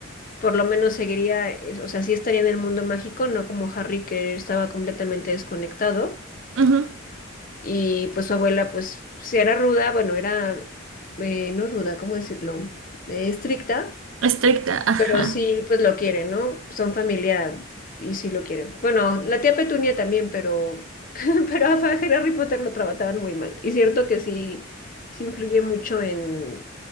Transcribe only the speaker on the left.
Por lo menos seguiría, eh, o sea, sí estaría en el mundo mágico, no como Harry que estaba completamente desconectado.
Y pues su abuela, pues, si era ruda, bueno, era, eh, no ruda, ¿cómo decirlo? Eh, estricta,
pero sí, pues lo quieren, ¿no? Son familia y sí lo quieren. Bueno, la tía Petunia también, pero, <laughs> pero a Harry Potter lo trataban muy mal. Y cierto que sí, sí influye mucho en,